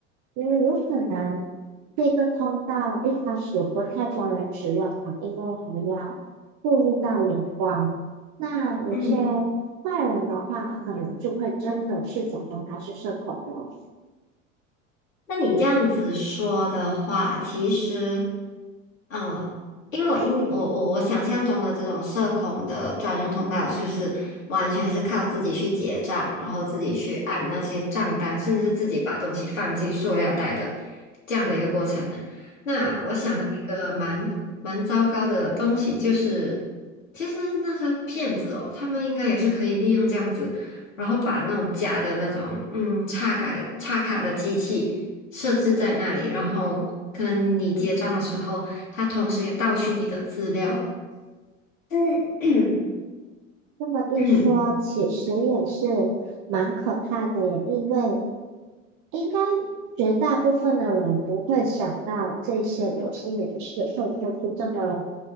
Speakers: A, on the right; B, on the left.
A: 因为有可能这个通道一开始不太多人使用啊，因为还要顾虑到眼光。那有些
B: 嗯。
A: 坏人的话，可能就会真的去假装他是社恐了。
B: 那你这样子说的话，其实，呃，因为我因我我我想象中的这种社恐的专用通道，就是完全是靠自己去结账，然后自己去按那些账单，甚至是自己把东西放进塑料袋的这样的一个过程呢。那我想到一个蛮蛮糟糕的东西，
A: 嗯，
B: 就是其实那些骗子哦，他们应该也是可以利用这样子。然后把那种假的那种嗯插卡插卡的机器，设置在那里，然后可能你结账的时候，他同时也盗取你的资料。嗯 <clears throat>
A: 这么一说，
B: 嗯
A: 其实也是蛮可怕的耶，因为。应该绝大部分的人不会想到这些有心人士会做出这么